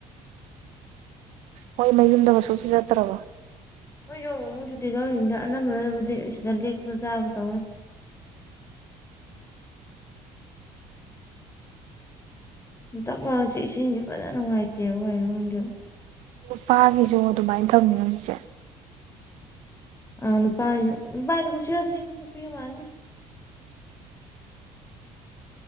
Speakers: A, on the right; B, on the left.
A: ꯃꯣꯏ ꯃꯌꯨꯝꯗꯒꯁꯨꯁꯨ ꯆꯠꯇ꯭ꯔꯕ
B: ꯍꯣꯏ ꯌꯦꯡꯉ ꯑꯃꯨꯛ ꯁꯨꯇꯤ ꯂꯧꯔꯤꯉꯗ ꯑꯅꯝꯕꯅꯕꯨꯗꯤ ꯁꯤꯗ ꯂꯦꯛꯄ ꯆꯥꯕ ꯇꯧꯔꯦ ꯇꯁꯤꯁꯤꯡꯁꯤꯦ ꯐꯖꯅꯅꯨꯡꯉꯥꯏꯦ ꯗꯕ ꯍꯥꯏꯅꯒꯣ
A: ꯅꯨꯄꯥꯒꯤꯁꯨ ꯑꯗꯨꯃꯥꯏꯅ ꯊꯝꯅꯤꯅ ꯍꯧꯖꯤꯛꯁꯦ
B: ꯑꯅ ꯄ ꯄꯅ ꯀꯁꯤ ꯍꯁꯤꯅꯤꯄꯤꯤ ꯃꯥꯅꯗ